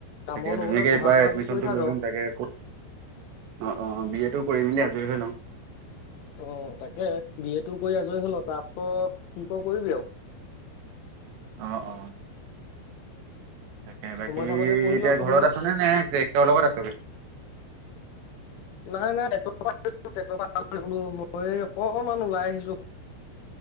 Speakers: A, on the left (about 75°); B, on the right (about 70°).
A: কামৰ
B: তাকে
A: লগতে
B: ধুনীয়াকে
A: পঢ়া
B: এইবাৰ
A: শুনাটো
B: এডমিনটো
A: কৰি থাক
B: লৈ
A: আৰু
B: লম তাকে ক অ অ বি এ টো কৰি মেলি আজৰি হৈ লওঁ
A: অ তাকে বি এ টো কৰি আজৰি হৈ ল তাৰপিছত কি কৰ কৰিবি আৰু
B: অ অ তাকে বাকী
A: সময় থাকোতে পঢ়ি
B: এতিয়া
A: ল
B: ঘৰত
A: পঢ়ি ল
B: আছনে নে টেক্ট্ৰৰ লগত আছগে
A: নাই নাই টেক্টৰ পৰা টেক্ট্ৰৰ পৰা গলো মই অকমান ওলাই আহিছো